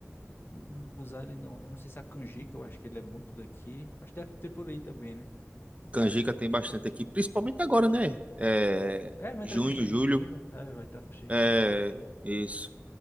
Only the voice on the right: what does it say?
Canjica tem bastante aqui, principalmente agora, né? É,
junho,
julho,
é
isso,